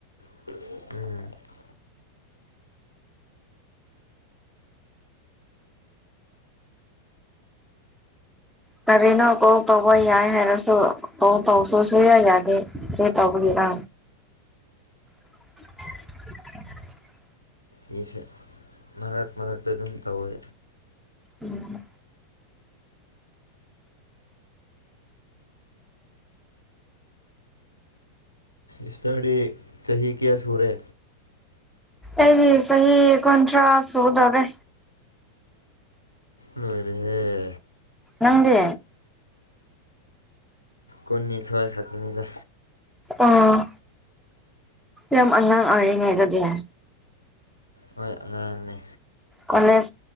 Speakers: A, on the left; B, in the centre.
A: <unintelligible>
B: ꯀꯔꯤꯅꯣ ꯀꯣꯜ ꯇꯧꯕ ꯌꯥꯏ ꯍꯥꯏꯔꯁꯨ ꯇꯧ ꯇꯧꯁꯨ ꯁꯨꯡꯌ ꯌꯥꯗꯦ ꯀꯔꯤ ꯇꯧꯕꯒꯤꯔ <inaudible>
A: ꯑꯩꯁꯦ ꯃꯔꯛ ꯃꯔꯛꯇ ꯑꯗꯨꯝ ꯇꯧꯋꯦ
B: ꯎꯝ
A: ꯏꯁꯇꯗꯤ ꯆꯍꯤ ꯀꯌꯥ ꯁꯨꯔꯦ
B: ꯑꯩꯅꯤ ꯁꯍꯤ ꯀꯨꯟꯊ꯭ꯔꯥ ꯁꯨꯗꯣꯔꯦ
A: ꯅꯣꯏꯔꯤꯍꯦ
B: ꯅꯪꯗꯤ
A: ꯀꯨꯟꯅꯤꯊꯣꯏ ꯈꯛꯇꯅꯤꯗ
B: ꯑꯣ ꯌꯥꯝ ꯑꯉꯥꯡ ꯑꯣꯏꯔꯤꯅꯦ ꯑꯗꯨꯗꯤ
A: ꯍꯣꯏ ꯑꯉꯥꯡꯅꯦ
B: ꯀꯣꯂꯦꯖ